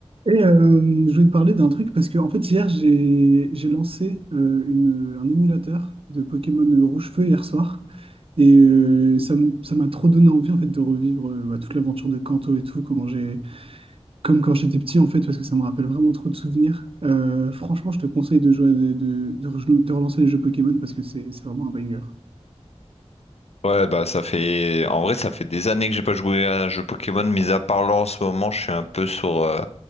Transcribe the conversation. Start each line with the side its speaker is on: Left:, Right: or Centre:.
Right: Et euh, je voulais te parler d'un truc parce que en fait hier j'ai j'ai lancé euh, une- un émulateur de Pokémon euh, Rouge-Feu hier soir et euh, ça m- ça m'a trop donné envie en fait de revivre euh, bah, toute l'aventure de Kanto et tout comment j'ai comme quand j'étais petit en fait parce que ça me rappelle vraiment trop de souvenirs. Euh, franchement je te conseille de jouer à des- de, de, re- de relancer les jeux Pokémon parce que c'est c'est vraiment un banger.
Left: Ouais, bah ça fait... En vrai, ça fait des années que j'ai pas joué à un jeu Pokémon, mis à part là en ce moment, je suis un peu sur euh,